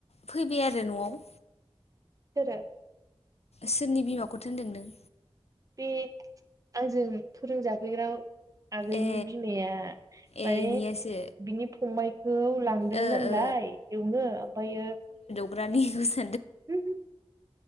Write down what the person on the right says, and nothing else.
सोरो?
बे आंजों फोरोंजाफैग्राायाव। आगैनि
बिमाया माने
बिनि फंबाय। खौ लांदों
नालाय
एवनो ओमफ्रायो
हम हम।